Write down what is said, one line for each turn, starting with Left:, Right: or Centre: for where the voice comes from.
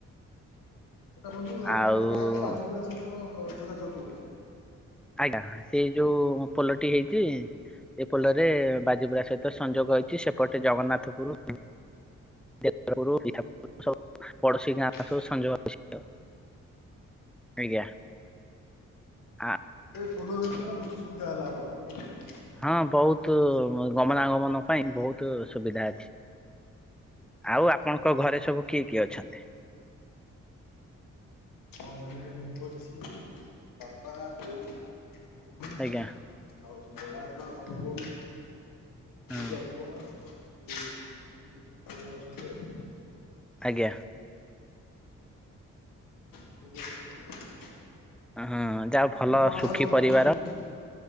Left: ସେଟା ବନ୍ଧୁ ଆପଣଙ୍କ
Centre: ଆଉ
Left: ଗାଁ କୁ ବାଜୁପୁରା ସହିତ ଯୋଗାଯୋଗ କରୁଛି।
Centre: ଆଜ୍ଞା ସେଇ ଯୋଉ ପୋଲଟି ହେଇଛି ଏ ପୋଲରେ ବାଜିପୁରା ସହିତ ସଂଯୋଗ ହେଇଛି ସେପଟେ ଜଗନ୍ନାଥପୁର <unintelligible> ପଡୋଶୀ
Left: ଆଚ୍ଛା
Centre: ଗାଁ
Left: ଆଚ୍ଛା
Centre: ସବୁ ସଂଯୋଗ ଅଛି ଆଉ। ଆଜ୍ଞା। ଆ
Left: ଏ ପୋଲୋ ହେବା ଦ୍ୱାରା ବହୁତ ସୁବିଧା ହେଲା ଆପଣଙ୍କୁ ନାଇଁ।
Centre: ହଁ ବହୁତ ଗମନାଗମନ ପାଇଁ ବହୁତ ସୁବିଧା ଅଛି। ଆଉ ଆପଣଙ୍କ ଘରେ ସବୁ କିଏ କିଏ ଅଛନ୍ତି।
Left: ଆମ ଘରେ ମୁଁ ଅଛି। ବାପା ବୋଉ ମୋ ଭୋଉଣୀ।
Centre: ଆଜ୍ଞା।
Left: ଆଉ ବଡ଼ାଆପା ବଡ଼ବୋଉ।
Centre: ହଁ।
Left: ତୋ ପୁଅ। ହୁଁ। <unintelligible> ଜେଜେମା। ମାନେ ଅଛନ୍ତି ଆଉ।
Centre: ଆଜ୍ଞା।
Left: <inaudible>
Centre: ଅଁହଁ ଯାହଉ ଭଲ
Left: ଆପଣଙ୍କ
Centre: ସୁଖୀ
Left: ଘରେ ବନ୍ଧୁ
Centre: ପରିବାର।
Left: କିଏ କିଏ ରହୁଛନ୍ତି?